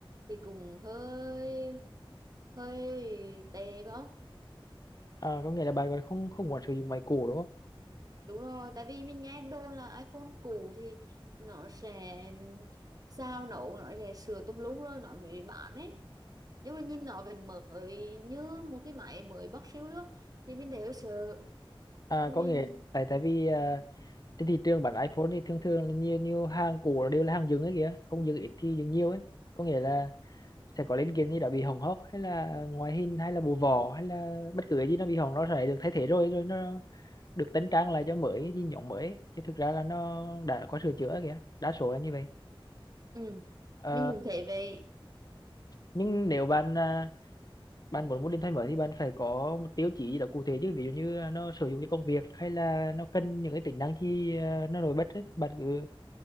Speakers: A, on the right; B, on the left.
A: thì cũng hơi hơi tệ phải không
B: à, có nghĩa là bạn còn không không muốn sử dụng máy cũ đúng không
A: Đúng rồi, tại vì mình nghe đồn là iPhone cũ thì nó sẽ sao nổ, nó sẽ sửa tùm lum rồi nó mới bán ấy. Nhưng mà nhìn nó vẫn mới như một cái máy mới bóc siêu luôn. Thì mình thấy hơi sợ.
B: à,
A: Thì
B: có
A: Mình
B: nghĩa tại tại vì ờ, trên thị trường bản iPhone thì thường thường là nhiều nhiều hàng cũ là đều là hàng dừng ấy kìa không dừng ít thì dừng nhiều ấy có nghĩa là sẽ có linh kiện gì đó bị hỏng hóc hay là ngoại hình hay là bộ vỏ hay là bất cứ cái gì nó bị hỏng nó sẽ được thay thế rồi rồi nó được tính trang lại cho mới với nhộn mới chứ thực ra là nó đã có sửa chữa kìa đa số là như vậy
A: ừ,
B: Ờ,
A: mình cũng thấy vậy.
B: nhưng nếu bạn à, bạn muốn một điện thoại mới thì bạn phải có một tiêu chí gì đó cụ thể chứ ví dụ như nó sử dụng cho công việc hay là nó cần những cái tính năng gì à, nó nổi bật ấy. bạn cứ